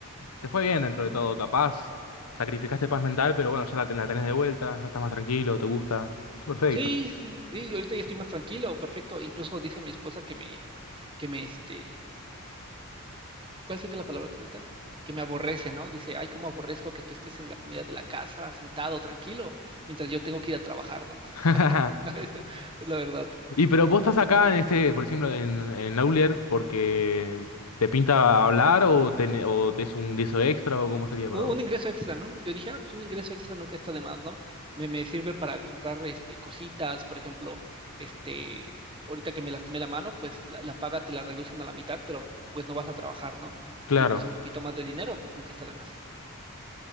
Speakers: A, on the left; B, on the right.
A: te fue bien dentro de todo, capaz. Sacrificaste paz mental, pero bueno, ya la, ten- la tenés de vuelta, ya estás más tranquilo, te gusta. Está perfecto.
B: Sí, sí, sí, ahorita ya estoy más tranquilo, perfecto. Incluso dice mi esposa que me, que me, este, ¿cuál sería la palabra correcta? Que me aborrece, ¿no? Dice, ay, cómo aborrezco que tú estés en la comodidad de la casa, sentado, tranquilo, mientras yo tengo que ir a trabajar, ¿no?
A: <laughs>
B: <laughs> Es la verdad.
A: Y pero vos estás acá en este, por ejemplo, en, en Aulier porque te pinta hablar o, te, o te es un guiso extra o cómo sería para
B: Un,
A: vos.
B: un ingreso extra, ¿no? Yo dije, ah, pues un ingreso extra nunca está de más, ¿no? Me, me sirve para comprar este, cositas, por ejemplo, este, ahorita que me lastimé la mano, pues la, la paga te la reducen a la mitad, pero pues no vas a trabajar, ¿no?
A: Claro.
B: Y pues un poquito más de dinero, pues nunca está de más.